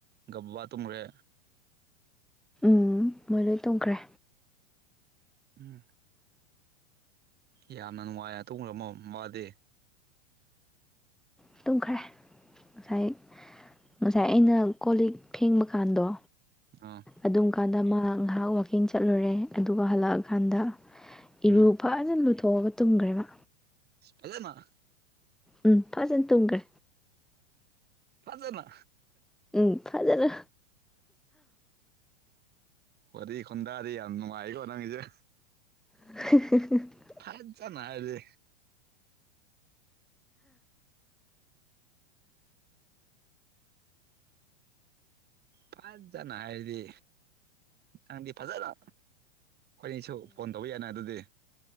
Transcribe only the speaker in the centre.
ꯎꯝ ꯃꯣꯏ ꯂꯣꯏ ꯇꯣꯡꯈ꯭ꯔꯦ
ꯑꯗꯨꯝ ꯈꯔꯦ ꯉꯁꯥꯏ ꯉꯁꯥꯏ ꯑꯩꯅ ꯀꯣ ꯂꯤꯛ ꯐꯦꯡꯕ ꯀꯥꯟꯗꯣ
ꯑꯗꯨꯝ ꯀꯥꯟꯗ ꯃꯥ ꯉꯥꯏꯍꯥꯛ ꯋꯥꯋꯥꯛꯀꯤꯡ ꯆꯠꯂꯨꯔꯦ ꯑꯗꯨꯒ ꯍꯜꯂꯛꯑꯀꯥꯟꯗ ꯏꯔꯨꯛ
ꯐꯖꯅ ꯂꯨꯊꯣꯛꯑꯒ ꯇꯨꯝꯈ꯭ꯔꯦꯕ
ꯎꯝ ꯐꯖꯅ ꯇꯨꯝꯈ꯭ꯔꯦ
ꯎꯝ ꯐꯖꯅ
<inaudible>